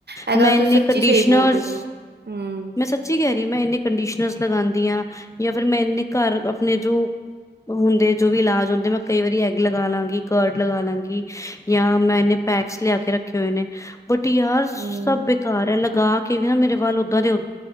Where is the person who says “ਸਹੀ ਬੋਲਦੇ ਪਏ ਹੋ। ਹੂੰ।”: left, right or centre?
Right